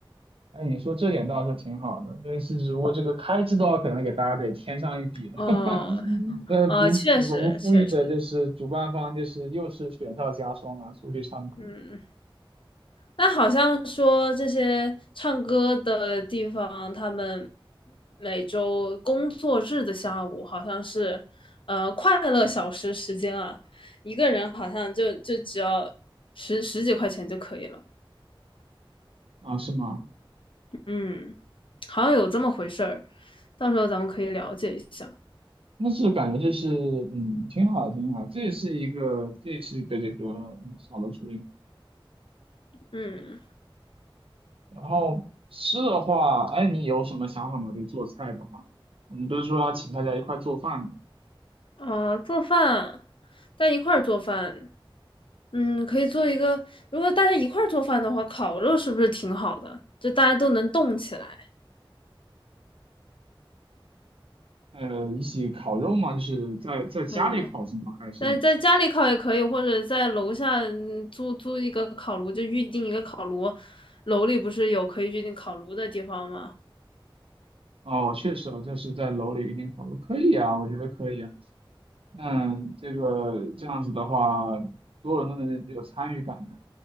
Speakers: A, on the right (about 80°); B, on the left (about 65°).
A: 哎，你说这点倒是挺好的，但是只不过这个开支的话，可能给大家得添上一笔了。
B: 哦，
A: 嗯 <laughs> 那不，
B: 呃，确实确实，
A: 我们故意的就是主办方就是又是雪上加霜啊，出去唱歌
B: 嗯，那好像说这些唱歌的地方，他们每周工作日的下午好像是，呃，快乐小时时间啊，一个人好像就就只要十十几块钱就可以了。
A: 啊，是吗？
B: 嗯，好像有这么回事儿，到时候咱们可以了解一下。
A: 那是感觉就是嗯，挺好的挺好的这也是一个，这也是一个这个嗯小的主意。
B: 嗯，
A: 然后吃的话，哎，你有什么想法吗？就做菜的话，我们不是说要请大家一块做饭吗？
B: 呃，做饭，大家一块儿做饭，嗯，可以做一个，如果大家一块儿做饭的话，烤肉是不是挺好的？就大家都能动起来。
A: 呃，一起烤肉吗？就是在在家里烤是吗？
B: 嗯，
A: 还是？
B: 在在家里烤也可以，或者在楼下嗯租租一个烤炉，就预定一个烤炉。楼里不是有可以预定烤炉的地方吗？
A: 哦，确实哦，这是在楼里一定考虑，可以啊，我觉得可以啊。那这个这样子的话，所有人都能有参与感的，